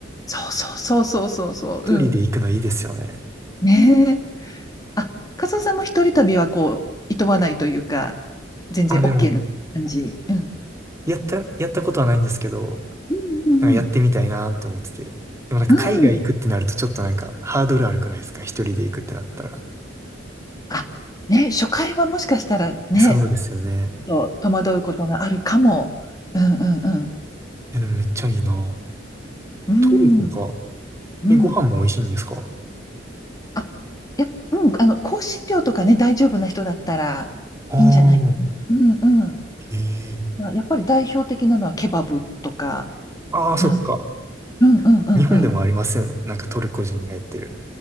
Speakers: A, on the left (about 20°); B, on the right (about 15°).
A: そうそうそうそうそうそう。
B: 一人で行くのいいですよね。
A: うん。ねえ。あ、カズオさんも一人旅はこう、いとわないというか、全然
B: あ、
A: OK
B: でも、
A: な感じ。うん。
B: やった、やったことはないんですけど、
A: うんうん
B: なんかやってみたいなって思ってて。でもなんか海外行くってなるとちょっとなんかハードル悪くないですか一人で行くってなったら。
A: うん。うん。あ、ね、初回はもしかしたらね、
B: そうですよね。
A: ちょっと戸惑うことがあるかも。うんうん
B: え、でもめっちゃいいな。
A: うん。
B: トルコか。
A: うん。うん。
B: え、ご飯も美味しいんですか
A: あ、いや、うん、あの、香辛料とかね、大丈夫な人だったらいいんじゃないかな。
B: ああ
A: うんうん。
B: ー、へえ。
A: まあやっぱり代表的なのはケバブとか、
B: ああ、
A: うん、
B: そっか。
A: うんうんうんうん。
B: 日本でもありますよね。なんかトルコ人がやってる。